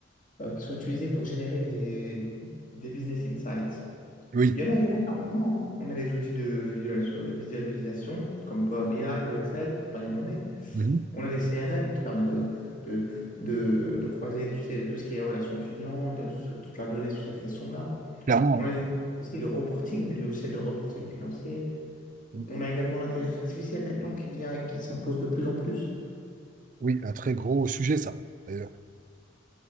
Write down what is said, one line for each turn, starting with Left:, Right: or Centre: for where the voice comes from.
Left: euh, qui sont utilisés pour générer des, des business insights,
Right: oui.
Left: il y en a, il y en a énormément. hein. On a les outils de visualis- visualisation comme Power BI ou Excel, pour ne pas les nommer.
Right: Mhm.
Left: On a des CRM qui permettent de, de, de, de croiser, tu sais, tout ce qui est relation client, de- sur toute la donnée sur cette question-là.
Right: Clairement,
Left: On
Right: ouais.
Left: a des, aussi de reporting, des logiciels de reporting financier.
Right: Oui,
Left: On a également l'intelligence artificielle maintenant qui vient et qui s'impose de plus en plus.
Right: Oui, un très gros sujet, ça, d'ailleurs.